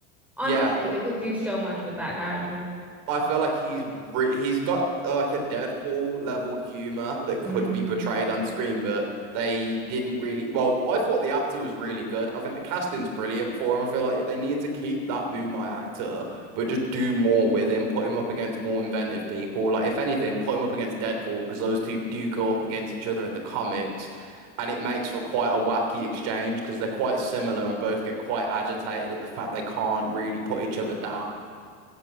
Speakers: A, in the centre; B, on the right.
A: Honestly,
B: Yeah,
A: they could do so much with that character.
B: I feel like he's re he's got uh, like a Deadpool level humor that
A: Mm,
B: could be portrayed on screen, but they didn't really. Well, I thought the actor was really good. I think the casting's brilliant for him. I feel like they need to keep that Moon Knight actor, but just do more with him. Put him up against more inventive people. Like if anything, put him up against Deadpool because those two do go up against each other in the comics, and it makes for quite a wacky exchange because they're quite similar and both get quite agitated at the fact they can't really put each other down.